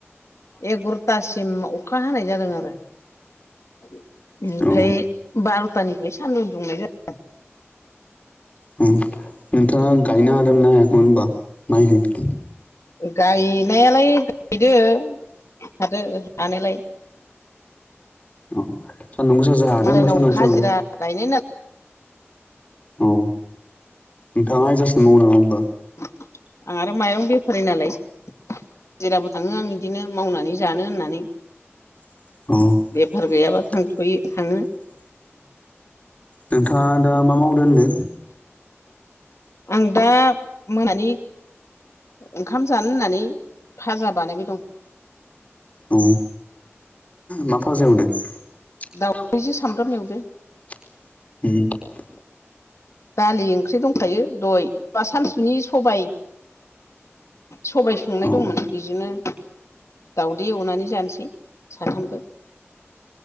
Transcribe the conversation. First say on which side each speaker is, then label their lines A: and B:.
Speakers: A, on the left (about 80°); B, on the left (about 30°).
A: एगर'थासिम अखा हानाय जादों आरो। ओमफाय
B: औ
A: बार'थानिफ्राय सान्दुं दुंनाय जा
B: नोंथाङा गायनो हादों ना हायाखैमोन होनबा माइखौ?
A: गायनायालाय गायदो हादो हानायालाय।
B: औ सान्दुं गोसा जों हादों
A: मालायनाव
B: होनबा सान्दुं गोसाव?
A: हाजिरा गायनाय नालाय
B: औ नोंथाङा जेसां मावनो
A: आं आरो माइरं बेफारि नालाय। हाजिराबो थाङो आं इदिनो मावनानै जानो होननानै।
B: अह।
A: बेफार गैयाबा थांथ'यो थाङो
B: नोंथाङा दा मा मावदो होनदो?
A: आं दा मोनानि ओंखाम जानो होननानै फाजा बानायबाय दं।
B: औ मा फाजा एवदो? <unintelligible>
A: दाउजों सामब्राम एवदो
B: <inaudible>
A: दालि ओंख्रि दंखायो दय बा सानसुनि सबाय
B: औ
A: सबाय संनाय दंमोन बिजोंनो दाउदै एवनानै जानोसै साथामबो।